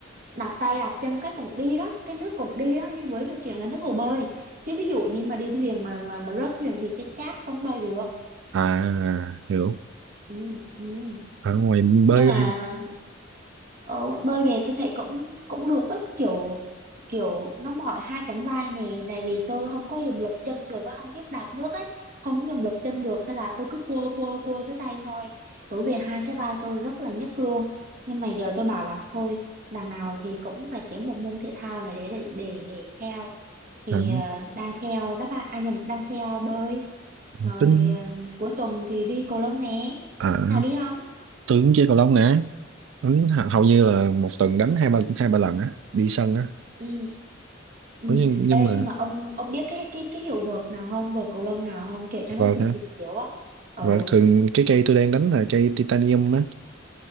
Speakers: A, on the right; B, on the right.
A: đạp tay đạp chân cái cũng đi đó cái nước cũng đi đó nhưng với điều kiện là nước hồ bơi chứ ví dụ như mà đi thuyền mà mà mà rớt thuyền thì chết chát không bơi được
B: à hiểu
A: ừ, ừ.
B: ở ngoài bơi
A: nhưng mà Ờ, bơi về tôi thấy cũng cũng được đó kiểu kiểu nó mỏi hai cánh vai nè tại vì tôi không có dùng lực chân được á, không biết đạp nước ấy không dùng lực chân được hay là tôi cứ quơ quơ quơ cái tay thôi tối về hai cái vai tôi rất là nhức luôn nhưng mà giờ tôi bảo là thôi đằng nào thì cũng phải kiếm một môn thể thao này để để để, để theo thì
B: à,
A: ờ, đang theo đáp án à nhầm đang theo bơi rồi
B: à, tính
A: ờ, cuối tuần thì đi cầu lông nè
B: à
A: nào đi không
B: tôi cũng chơi cầu lông nè đánh hầu như là một tuần đánh hai ba hai ba lần á đi sân á
A: ừ Ừ.
B: Ủa nhưng nhưng
A: Ê,
B: mà
A: nhưng mà ông ông biết cái cái cái hiệu vợt nào không vợt cầu lông nào không kiểu cho nó
B: vâng
A: xịn xịn chiếu á ừ
B: và thường cái cây tôi đang đánh là cây titanium á